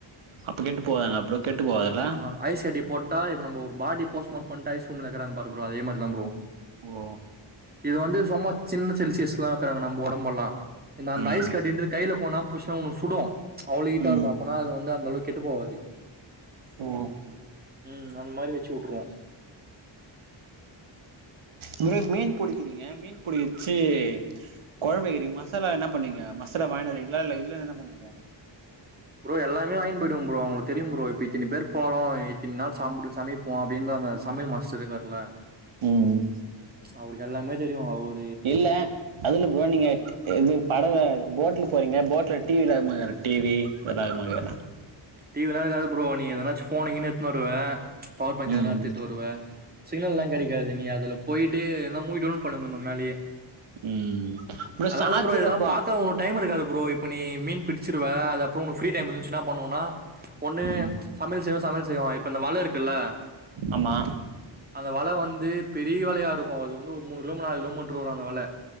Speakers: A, on the right; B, on the right.
A: அப்ப கெட்டு போகுதுன்னா அப்றோ கெட்டு போவாதுல்ல
B: ஆ ஐஸ் கட்டி போட்டா இப்ப நம்ம ஒரு பாடி போஸ்ட்மார்ட் பண்ட்டு ஐஸ் ரூம்ல வெக்கிறாங்க பாரு ப்ரோ அதே மாரி தா ப்ரோ
A: ஓ
B: இது வந்து சும்மா சின்ன செல்சியஸ்லா வக்குறாங்க நம்ம ஒடம்பல்லா இந்த அந்த
A: ம்
B: ஐஸ் கட்டு இருந்து கையில கொஞ் நேரோ புட்சவனுக்கு சுடு அவ்ளோ ஹீட்டா
A: ம்
B: இருக்கு அப்பனா அது வந்து அந்த அளவுக்கு கெட்டு போவாது
A: ஓ
B: ம் அந்த மாரி வச்சு விட்டுருவோ
A: இதுவே மீன் புடிக்கிறீங்க மீன் புடிக்கர்சே கொழம்பு வைக்கிறிங்க மசாலா என்ன பண்ணீங்க மசாலா வாங்கிட்டு வருவீங்களா இல்ல இல்லன என்ன பண்னுவீங்க
B: ப்ரோ எல்லாமே வாங்கிட் போயிடுவே ப்ரோ அவுங்களுக்கு தெரியும் ப்ரோ இப்ப இத்தினி பேர் போறோ இத்தின் நாள் சாம்புடு சமய போ அப்டின் அந்த சமையல் மாஸ்ட்ரு இருக்காருல்ல
A: ம் ம்
B: அவருக்கு எல்லாமே தெரியு அவர்
A: இல்ல அதுல ப்ரோ நீங்க இது படகு போட்ல போறீங்க போட்ல டிவில அதுமாக்குற டிவி பட் அதுமார்ருக்கா
B: டிவிலா இருக்காது ப்ரோ நீ எதனாச்சு போனு கீன்னு எடுத்துன் வருவ பவர் பேங்க்
A: ம்
B: எதன்னா எத்துட்டு வருவ சிக்னல்லா கெடைகாது நீ அதுல போயிட்டு எதனா மூவி டவுன்லட் பண்ணிட்டு வந்தர்ணு மேலயே
A: ம் உள்ள
B: அதனால
A: சாஜ்றப்பா
B: இல்ல ப்ரோ இதெல்லாம் பாக்க உனக்கு டைம் எடுக்காது ப்ரோ இப்ப நீ மீன் புடிச்சிருவ அது அப்றோ ஒனக்கு ஃப்ரீ டைம் இருந்துச்சு என்ன பண்ணுவோன்னா ஒண்ணு
A: ம்
B: சமையல் செய்வோ சமையல் செய்வோ இப்ப இந்த வல இருக்குல்ல
A: ஆமா
B: அந்த வல வந்து பெரிய வலையா இருக்கு அது வந்து ஒரு மூணு கிலோ மீட்ரு நாலு கிலோமீட்ரு வரு அந்த வல